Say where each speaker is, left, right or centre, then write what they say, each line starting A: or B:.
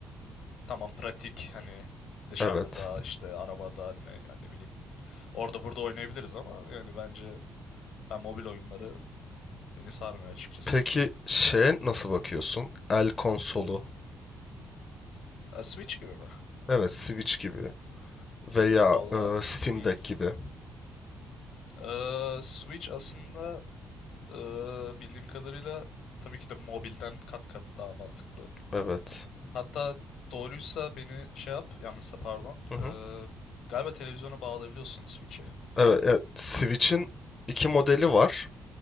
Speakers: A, on the left (about 75°); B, on the left (about 30°).
A: Tamam pratik hani dışarıda
B: Evet.
A: da işte arabada ne, yani ne bileyim orada burada oynayabiliriz ama yani bence ben mobil oyunları beni sarmıyor açıkçası.
B: Peki şeye nasıl bakıyorsun? El konsolu.
A: E, Switch gibi mi?
B: Evet, Switch gibi veya
A: Valla
B: e, Steam
A: hmm.
B: Deck gibi.
A: E, Switch aslında Ee, bildiğim kadarıyla tabii ki de mobilden kat kat daha mantıklı.
B: Evet.
A: Hatta doğruysa beni şey yap, yanlışsa pardon.
B: Hı hı.
A: Ee, galiba televizyona bağlayabiliyorsun Switch'i.
B: Evet,
A: Doğru mu?
B: e, Switch'in iki modeli var.